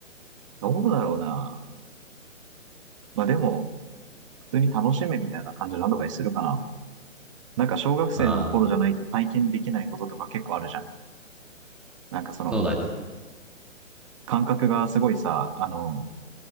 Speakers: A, on the right; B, in the centre.
A: どうだろうな。まあでも、普通に楽しめみたいな感じのアドバイスするかな。なんか小学生の頃じゃないと体験できないこととか結構あるじゃん。
B: ああ
A: なんかその
B: ー、そうだね。
A: 感覚がすごいさ、あの、